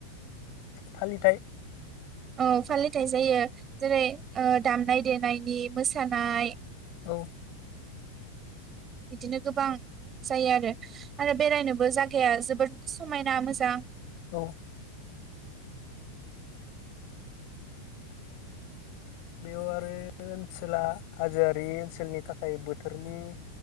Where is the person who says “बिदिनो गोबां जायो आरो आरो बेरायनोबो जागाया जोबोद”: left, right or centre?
Right